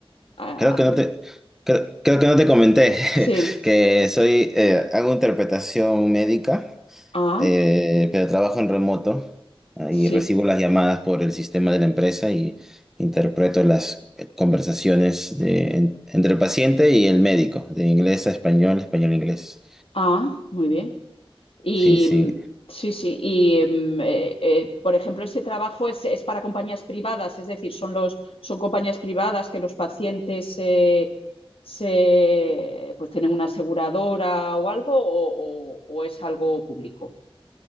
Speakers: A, on the left; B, in the centre.
A: a-
B: creo que no te, creo, creo que no te comenté
A: sí,
B: <laughs> que soy, eh, hago interpretación médica.
A: ah,
B: eh, pero trabajo en remoto ah,
A: sí,
B: y recibo las llamadas por el sistema de la empresa y interpreto las eh, conversaciones de- en- entre el paciente y el médico, de inglés a español, español a inglés.
A: ah, muy bien. Y
B: Sí, sí.
A: mm, sí, sí. Y em, eh, eh, por ejemplo, ese trabajo es, es para compañías privadas, es decir, son los, son compañías privadas que los pacientes eh, se, pues tienen una aseguradora o algo, o, o- o es algo público.